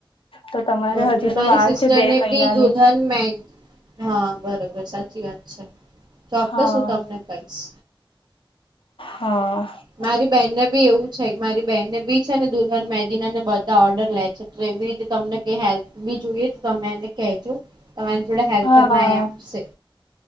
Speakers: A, on the left; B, on the right.
A: તો તમારે
B: બર
A: હજી
B: મારી
A: તો વાર
B: સિસ્ટરને
A: છે બે મહિનાની
B: બી દુલ્હન મે હા બરોબર સાચી વાત છે ચોક્કસ
A: હા
B: હું તમને કહીશ
A: હ
B: મારી બેનને બી એવું. છે મારી બેહેનને બી છે ને દુલ્હન મેંદીને બધા ઓર્ડર લે છે એટલે એવી રીતે તમને કાય હેલ્પ બી જોઈએ તો તમે એને કહેજો તમારી જોડે હેલ્પર
A: હા
B: માં એ આવશે.